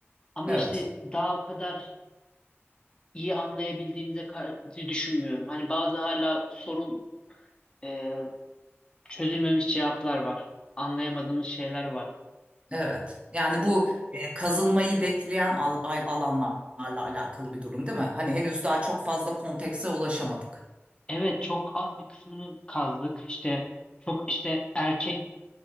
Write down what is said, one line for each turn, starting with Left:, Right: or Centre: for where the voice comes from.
Left: Ama
Right: Evet,
Left: işte daha o kadar iyi anlayabildiğimize karşı düşünmüyorum. Hani bazı hala sorun e, çözülmemiş cevaplar var. Anlayamadığımız şeyler var.
Right: evet. Yani
Left: Hani
Right: bu e, kazılmayı bekleyen al- al- alanlarla alakalı bir durum değil mi? Hani henüz daha çok fazla kontekse ulaşamadık.
Left: evet çok az bir kısmını kazdık. İşte çok işte erkek